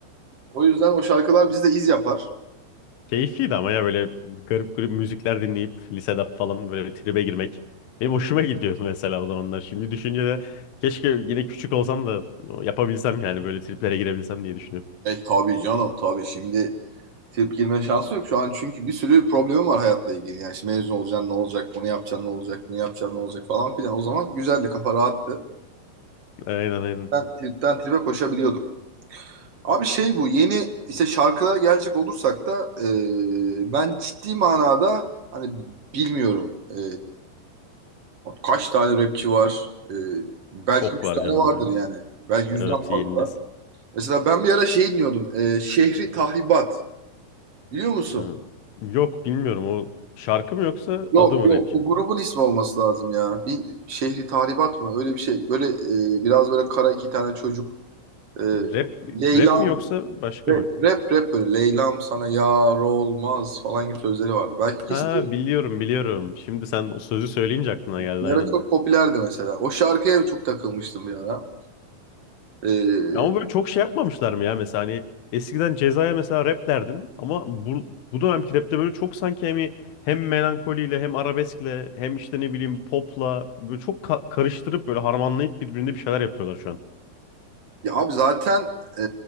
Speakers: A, on the right (about 70°); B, on the left (about 75°).
A: O yüzden o şarkılar bizi de iz yapar.
B: Keyifliydi ama ya böyle garip garip müzikler dinleyip lisede falan böyle bir tribe girmek. Benim hoşuma gidiyordu <laughs> mesela o zamanlar. Şimdi düşünce de keşke yine küçük olsam da yapabilsem yani böyle triplere girebilsem diye düşünüyorum.
A: E tabii canım tabii şimdi trip girme şansı yok şu an çünkü bir sürü problemim var hayatla ilgili. Yani şimdi mezun olacaksın ne olacak, onu yapacaksın ne olacak, bunu yapacaksın ne olacak falan filan. O zaman güzeldi kafa rahattı.
B: Aynen aynen.
A: Ben tripten trip'e koşabiliyorduk. Abi şey bu yeni işte şarkılara gelecek olursak da e, ben ciddi manada hani bilmiyorum. E, kaç tane rapçi var? E, belki
B: Çok
A: 100
B: var
A: tane
B: canım
A: vardır
B: ya.
A: yani. Belki yüzden
B: Evet
A: fazla.
B: yeni nesil.
A: Mesela ben bir ara şey dinliyordum. E, Şehri Tahribat. Biliyor musun?
B: Ee, Yok bilmiyorum o şarkı mı yoksa
A: Yok
B: adı mı
A: yok
B: rapçinin?
A: bu grubun ismi olması lazım ya. Bir Şehri Tahribat mı? Öyle bir şey. Böyle e, biraz böyle kara iki tane çocuk. E,
B: Rap,
A: Leyla
B: rap mi yoksa başka
A: Rap,
B: mı?
A: rap, rap böyle Leyla'm sana yar olmaz falan gibi sözleri vardı. Belki kesin
B: Ha biliyorum biliyorum. Şimdi sen o sözü söyleyince aklına
A: bir
B: geldi aynen.
A: ara çok popülerdi mesela. O şarkıya çok takılmıştım bir ara. Ee,
B: Ya Ama böyle çok şey yapmamışlar mı ya mesela hani eskiden Ceza'ya mesela rap derdin ama bu, bu dönemki rapte böyle çok sanki hani hem melankoliyle hem arabeskle hem işte ne bileyim popla böyle çok ka- karıştırıp böyle harmanlayıp birbirine bir şeyler yapıyorlar şu an.
A: ya abi zaten e,